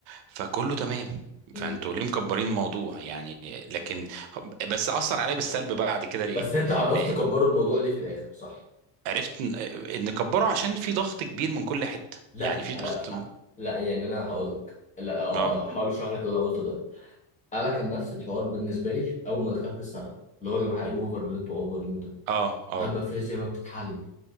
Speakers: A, on the right; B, on the left.
A: فكله تمام
B: امم
A: فانتوا ليه مكبرين الموضوع يعني لكن بس اثر عليا بالسلب بقى بعد كده ليه
B: بس انت عرفت
A: لا
B: تكبر الموضوع ليه في الاخر صح
A: عرفت ان إيه، إن كبره عشان في ضغط كبير من كل حتة
B: لا
A: يعني في ضغط
B: انا ه... لا يعني انا هقول لك لا أو-
A: اه
B: هحاول اشرح لك اللي انا قلته ده انا كان نفس الحوار بالنسبه لي اول ما دخلت السنه اللي هو يا جماعه ايه الاوفر اللي انتوا اوفرينه ده
A: اه اه
B: لما الفيزياء ما بتتحل